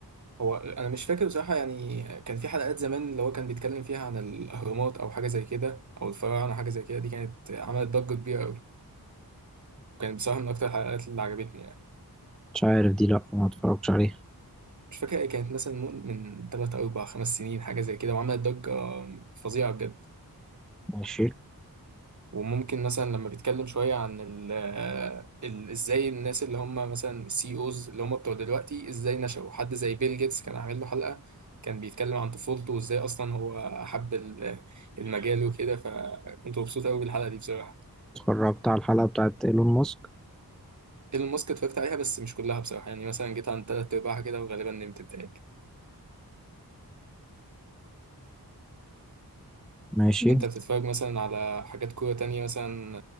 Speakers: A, on the right; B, in the centre.
A: هو أنا مش فاكر بصراحة يعني كان في حلقات زمان اللي هو كان بيتكلم فيها عن الأهرامات أو حاجة زي كده أو الفراعنة حاجة زي كده دي كانت عملت ضجة كبيرة أوي كانت بصراحة من أكتر الحلقات اللي عجبتني يعني
B: مش عارف دي لأ ما اتفرجتش عليها
A: مش فاكر إيه، كانت مثلا من من تلات أو أربع خمس سنين حاجة زي كده وعملت ضجة فظيعة بجد
B: ماشي
A: وممكن مثلا لما بيتكلم شوية عن ال ال ازاي الناس اللي هم مثلا السي اوز اللي هم بتوع دلوقتي ازاي نشأوا حد زي بيل جيتس كان عامل له حلقة كان بيتكلم عن طفولته وازاي اصلا هو حب ال- المجال وكده فكنت مبسوط قوي بالحلقة دي بصراحة
B: اتفرجت على الحلقة بتاعت إيلون ماسك
A: ايلون ماسك اتفرجت عليها بس مش كلها بصراحة يعني مثلا جيت عن تلات ارباعها كده وغالبا نمت بتاعي
B: ماشي
A: انت بتتفرج مثلا على حاجات كورة تانية مثلا